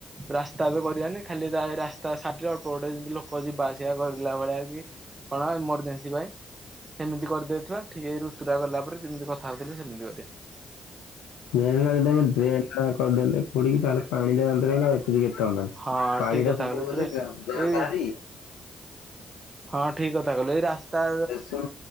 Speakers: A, on the right; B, on the left.
A: ରାସ୍ତା ଏବେ କରିଆନି ଖାଲି ତା ରାସ୍ତା ସାଇଟିରେ ଅଳ୍ପ ଗଟେ ଯେମିତି ଲୋକ ଯିବା ଆସିବା କରିଲା ଭଳିଆ କି କଣ ଏମରଜେନ୍ସି ପାଇଁ ସେମିତି କରିଦେଇଥିବା ଠିକ ଏଇ ରୁତୁଟା ଗଲା ପରେ ଯେମିତି କଥା ହଉଥିଲେ ସେମିତି କରିବା
B: ଡ୍ରେନ୍ ଲାଇନ୍ ଡ୍ରେନ୍ ଟା କରିଦେଲେ ଖୋଳିକି ତା ହେଲେ <unintelligible>
A: ହଁ
B: <unintelligible> ପାଣି
A: ଠିକ କଥା
B: ଟା ସବୁଗଲେ
A: କହିଲୁ ଡ୍ରେ
B: ଗାଁ
A: ଏଇ
B: ବାହାରି
A: ହଁ ଠିକ କଥା କହିଲୁ ଏଇ ରାସ୍ତା
B: ସବୁ